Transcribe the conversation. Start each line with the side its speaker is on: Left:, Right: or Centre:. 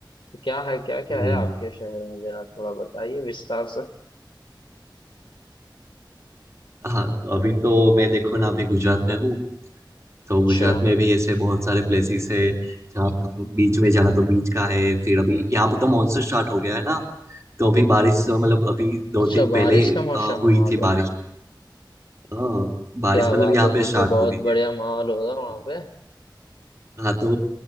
Left: तो क्या है क्या क्या
Right: हम्म
Left: है आपके शहर में जरा थोड़ा बताइए विस्तार से
Right: हाँ अभी तो मैं देखो ना अभी गुजरात में हूँ तो
Left: अच्छा
Right: गुजरात में भी ऐसे बहुत सारे प्लेसेस है जहाँ पे आपको बीच में जाना तो बीच का है फिर अभी यहाँ पे तो मानसून स्टार्ट हो गया है ना तो अभी बारिश अ, मतलब अभी दो
Left: अच्छा
Right: दिन
Left: बारिश
Right: पहले
Left: का मौसम
Right: अ, हुई
Left: है वहां
Right: थी
Left: पर
Right: बारिश हाँ, बारिश
Left: क्या
Right: मतलब
Left: बात
Right: यहाँ
Left: है
Right: पे
Left: फिर
Right: स्टार्ट
Left: तो बहुत
Right: हो गई
Left: बढ़िया माहौल होगा वहां
Right: है
Left: पे
Right: हाँ तो